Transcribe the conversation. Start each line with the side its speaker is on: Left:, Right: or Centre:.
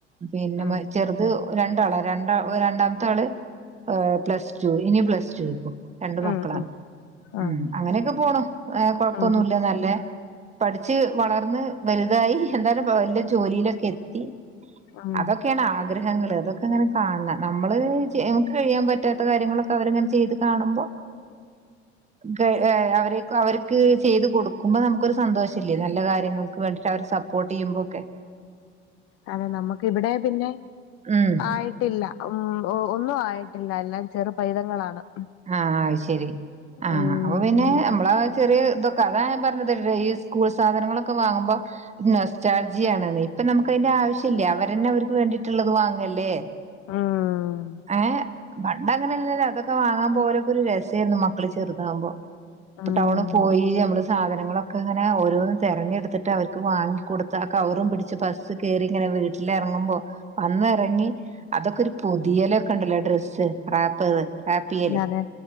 Right: പിന്നെ
Left: ആഹ്
Right: വ ചെറുത് ഒ രണ്ടാളാ രണ്ട ഓ രണ്ടാമത്താള് ഏ പ്ലസ് ടു ഇനി പ്ലസ് ടുക്കും രണ്ട് മക്കളാണ്.
Left: ഉം ഉം ഉം
Right: ഉം
Left: ആഹ്
Right: അങ്ങനെയൊക്കെ പോണു ഏഹ് കൊഴപ്പൊന്നുല്ല
Left: ഉം
Right: നല്ലേ പഠിച്ച് വളർന്ന് വലുതായി. എന്തായാലും വല്ല ജോലിയിലൊക്കെ എത്തി
Left: ഉം
Right: അതൊക്കെയാണ് ആഗ്രഹങ്ങള് അതൊക്കെ ങ്ങനെ കാണം നമ്മള് ചെ നമക്ക് കഴിയാൻ പറ്റാത്ത കാര്യങ്ങളൊക്കെ അവരങ്ങനെ ചെയ്ത് കാണുമ്പോ ക്കെ ഏ അവരെ അവര്ക്ക് ചെയ്ത് കൊടുക്കുമ്പോ നമുക്കൊരു സന്തോഷല്ലേ നല്ല കാര്യങ്ങൾ ക്ക് വേണ്ടിട്ടവര് സപ്പോർട്ട്യ്യുമ്പൊക്കെ
Left: അതെ നമ്മക്ക് ഇവിടെ പിന്നെ
Right: ഉം
Left: ആയിട്ടില്ല ഉം ഓ ഒന്നുആയിട്ടില്ല എല്ലാം ചെറുപൈതങ്ങളാണ് ഉം
Right: ആഹ് അയ്ശെരി ആഹ്
Left: ഉം
Right: അപ്പൊ പിന്നെ നമ്മളാ ചെറിയ ഇതൊക്കെ അതാ ഞാപറഞ്ഞത് വയ്സ് സ്കൂൾ സാധനങ്ങളൊക്കെ വാങ്ങുമ്പോ പിന്നെ നൊസ്റ്റാൾജിയാണതയ്. ഇപ്പൊ നമുക്ക് അയിന്റെ ആവശ്യല്ല അവരന്നെ അവരിക്ക് വേണ്ടിട്ടുള്ളത് വാങ്ങല്ലേ
Left: ഉം
Right: ഏഹ് പണ്ടങ്ങനെല്ലല്ലോ തൊക്കെ വാങ്ങാൻ പോകലക്കൊരു രസായിര്ന്നു മക്കള് ചെറ്താമ്പോ.
Left: ഉം
Right: പ്പ ടൗണിപോയി നമ്മള് സാധനങ്ങളൊക്കെ ങ്ങന ഓരോന്നും തെരഞ്ഞെടുത്തിട്ട് അവർക്ക് വാങ്ങിക്കടുത്ത്ആ കവറും പിടിച്ച് ബസ് സ് കേറി ങ്ങനെ വീട്ടിലെറങ്ങുമ്പോ വന്ന റങ്ങി അതൊക്കെരു പുതിയലൊക്കെ ണ്ടല്ലോ ഡ്രസ്സ്. റാപ്പ് റാപ്പിയ്യല്
Left: അതെ